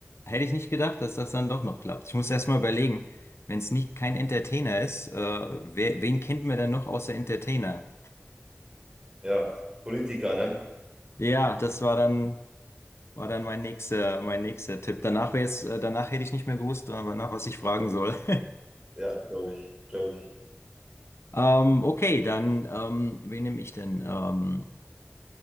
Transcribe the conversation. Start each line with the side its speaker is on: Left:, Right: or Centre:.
Left: Hätte ich nicht gedacht, dass das dann doch noch klappt. Ich muss erst mal überlegen, wenn es nicht kein Entertainer ist, äh, wer, wen kennt man denn noch außer Entertainer?
Right: Ja. Politiker, ne?
Left: Ja, das war dann War dann mein nächster, mein nächster Tipp. Danach wäre es, äh, danach hätte ich nicht mehr gewusst, äh, nach was ich fragen soll. <laughs>
Right: Ja, glaube ich. Glaube ich.
Left: Ähm, okay, dann, ähm, wen nehme ich denn? Ähm,